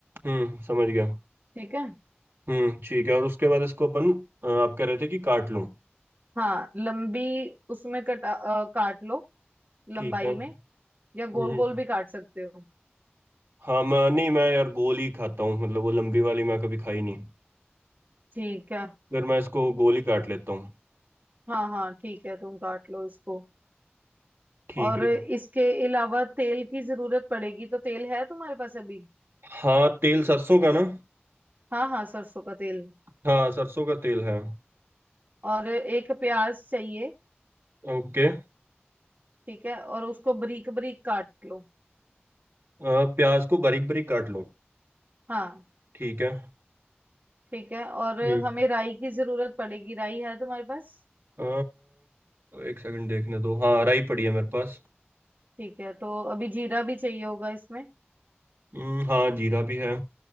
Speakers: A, on the right (about 60°); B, on the right (about 45°).
A: हम्म समझ गया
B: ठीक है
A: हम्म ठीक है और उसके बाद इसको अपन अ, आप कह रहे थे कि काट लूँ
B: हाँ लंबी उसमें कटा अ, काट लो लंबाई
A: ठीक है
B: में या गोल
A: हम्म हम्म।
B: गोल भी काट सकते हो
A: हाँ मैं नहीं मैं यार गोल ही खाता हूँ मतलब वो लंबी वाली मैं कभी खाई नहीं
B: ठीक है
A: फिर मैं इसको गोली काट लेता हूँ
B: हाँ हाँ ठीक है तुम काट लो इसको
A: ठीक
B: और
A: है
B: इसके अलावा तेल की जरूरत पड़ेगी तो तेल है तुम्हारे पास अभी
A: हाँ तेल सरसों का ना
B: हाँ हाँ सरसों का तेल
A: हाँ सरसों का तेल है
B: और एक प्याज चाहिए
A: ओके
B: ठीक है और उसको बारीक बारीक काट लो
A: अ, प्याज को बारीक बारीक काट लो
B: हाँ
A: ठीक है
B: ठीक है और
A: हम्म
B: हमें राई की जरूरत पड़ेगी राई है तुम्हारे पास
A: अ, एक सेकंड देखने दो हाँ राई पड़ी है मेरे पास
B: ठीक है तो अभी जीरा भी चाहिए होगा इसमें
A: हम्म, हाँ जीरा भी है